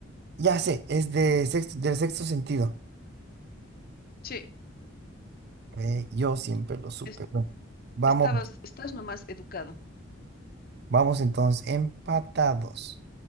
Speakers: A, on the right; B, on the left.
A: ya sé, es de sexto, del sexto sentido.
B: Sí,
A: Ve, yo siempre lo supe.
B: es-
A: Bueno, vamos,
B: estabas, estás nomás educado.
A: vamos entonces, empatados.